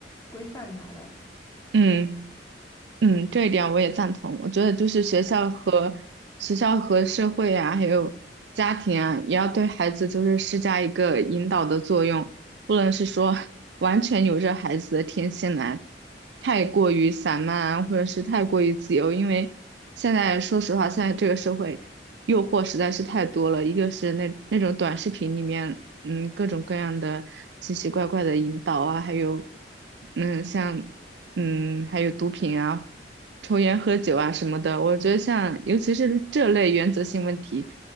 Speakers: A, on the left (about 20°); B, on the right (about 70°).
A: 规范他的。
B: 嗯。嗯，这一点我也赞同。我觉得就是学校和学校和社会啊，
A: 对，
B: 还有家庭啊，也要对孩子就是施加一个引导的作用，不能是说完全由着孩子的天性来，太过于散漫啊，或者是太过于自由。因为现在说实话，现在这个社会诱惑实在是太多了，一个是那那种短视频里面，嗯，各种各样的奇奇怪怪的引导啊，还有。嗯，像嗯，还有毒品啊、抽烟、喝酒啊什么的，我觉得像尤其是这类原则性问题，